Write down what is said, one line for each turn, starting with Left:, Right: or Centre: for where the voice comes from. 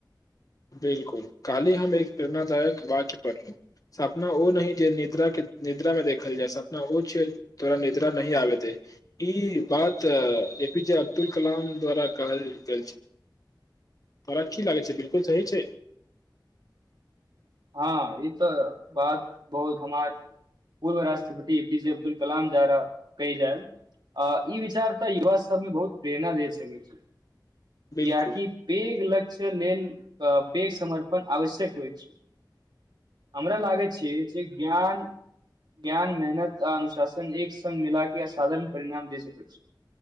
Left: बिलकुल कालहि हम एक प्रेरणादायक वाक्य पढ़लहु सपना ओ न जे निद्र के निद्रा मे देखल जाय सपना ओ छै तोरा निद्रा नहिह आबेते ई बात ए पीजे अब्दुल कलाम द्वारा कहल गेल छै तोरा की लागै छै बिलकु कि कहय छै
Right: हँ ई तऽ बात बहुत हमार पूर्व राष्ट्रपति ए पीजे अब्दुल कलाम द्वारा कहि जाय आ ई विचार तऽ युवा सभमे बहुत प्रेरणा दे सकैत छै
Left: बिल्कुल
Right: या कि वेघ लक्ष्य लेल पेघ समर्पण आवश्यक होइ छै हमरा लागै छै जे ज्ञान ज्ञान मेहनत आ अनुशासन एक सग मिल क असाधारण परिणाम दे सकै छै